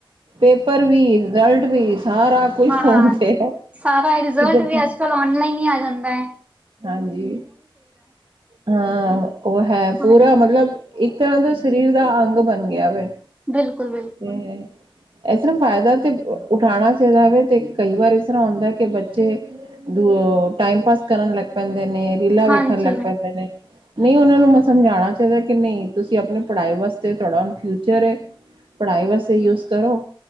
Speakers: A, on the right; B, on the right.
A: ਪੇਪਰ ਵੀ ਰਿਜਲਟ ਵੀ ਸਾਰਾ ਕੁਛ
B: ਹਾਂਜੀ
A: ਫੋਨ ਤੇ ਹੈ
B: ਸਾਰਾ ਰਿਜ਼ਲਟ
A: ਕਿੱਧਰ ਜਾਣਾ?
B: ਵੀ ਅੱਜ-ਕੱਲ ਔਨਲਾਈਨ ਹੀ ਆ ਜਾਂਦਾ ਐ।
A: ਹਾਂਜੀ ਹਾਂ ਉਹ ਹੈ ਪੂਰਾ
B: ਹਾਂਜੀ
A: ਮਤਲਬ ਇੱਕ ਤਰ੍ਹਾਂ ਦਾ ਸਰੀਰ ਦਾ ਅੰਗ ਬਣ ਗਿਆ ਵੇ।
B: ਬਿਲਕੁਲ - ਬਿਲਕੁਲ।
A: ਤੇ ਇਸ ਤਰ੍ਹਾਂ ਫ਼ਾਇਦਾ ਤੇ ਉਠਾਉਣਾ ਚਾਹੀਦਾ ਵੇ ਤੇ ਕਈ ਵਾਰ ਇਸ ਤਰ੍ਹਾਂ ਹੁੰਦਾ ਕਿ ਬੱਚੇ ਦ ਟਾਈਮ ਪਾਸ ਕਰਨ ਲੱਗ ਪੈਂਦੇ ਨੇ ਰੀਲਾਂ
B: ਹਾਂਜੀ
A: ਵੇਖਣ ਲੱਗ ਪੈਂਦੇ ਨੇ। ਨਹੀਂ ਉਹਨਾਂ ਨੂੰ ਮੈਂ ਸਮਝਾਉਣਾ ਚਾਹੀਦਾ ਕਿ ਨਹੀਂ ਤੁਸੀਂ ਆਪਣੇ ਪੜ੍ਹਾ ਵਾਸਤੇ ਥੋੜ੍ਹਾ ਚਰ ਪੜ੍ਹਾਈ ਵਾਸਤੇ ਯੂਸ ਕਰੋ,